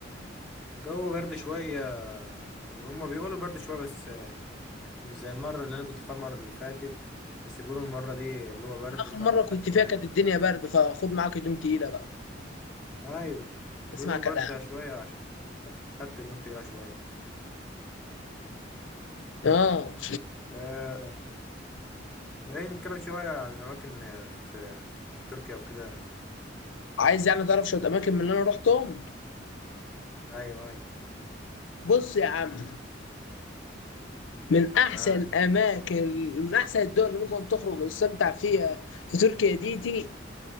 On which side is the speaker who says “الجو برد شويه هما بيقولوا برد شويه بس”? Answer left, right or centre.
Centre